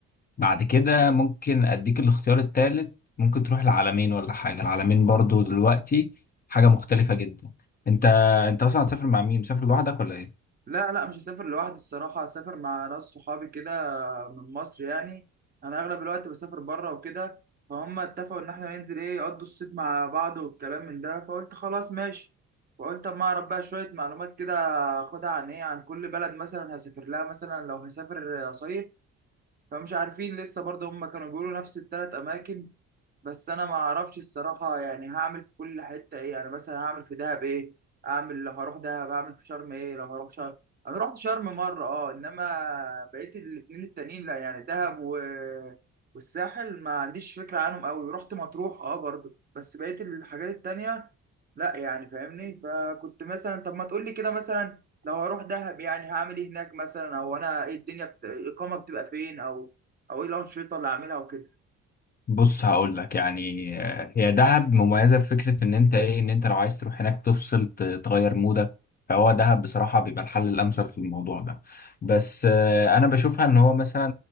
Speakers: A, on the left; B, on the right.
A: بعد كده ممكن اديك الاختيار التالت ممكن تروح العالمين ولا حاجه العالمين برضو دلوقتي حاجه مختلفه جدا انت انت اصلا هتسافر مع مين مسافر لوحدك ولا ايه
B: لا لا مش هسافر لوحدي الصراحة هسافر مع ناس صحابي كده من مصر يعني أنا أغلب الوقت بسافر بره وكده فهم اتفقوا إن إحنا ننزل إيه يقضوا الصيف مع بعض والكلام من ده فقلت خلاص ماشي وقلت أما أعرف بقى شوية معلومات كده أخدها عن إيه عن كل بلد مثلا هسافر لها مثلا لو هسافر صيف فمش عارفين لسه برضه هم كانوا بيقولوا نفس التلات أماكن بس انا ما اعرفش الصراحه يعني هعمل في كل حته ايه يعني مثلا هعمل في دهب ايه اعمل لو هروح دهب هعمل في شرم ايه لو هروح شرم انا رحت شرم مره اه انما بقيت الاتنين التانيين لا يعني دهب و... والساحل ما عنديش فكره عنهم قوي رحت مطروح اه برضو بس بقيت الحاجات التانيه لا يعني فاهمني فكنت مثلا طب ما تقول لي كده مثلا لو هروح دهب يعني هعمل ايه هناك مثلا او انا ايه الدنيا بت... الاقامه بتبقى فين او او ايه الانشطه اللي هعملها وكده
A: بص هقول لك يعني آه، هي دهب مميزه في فكره ان انت ايه ان انت لو عايز تروح هناك تفصل ت- تغير مودك فهو دهب بصراحه بيبقى الحل الامثل في الموضوع ده بس آه، انا بشوفها ان هو مثلا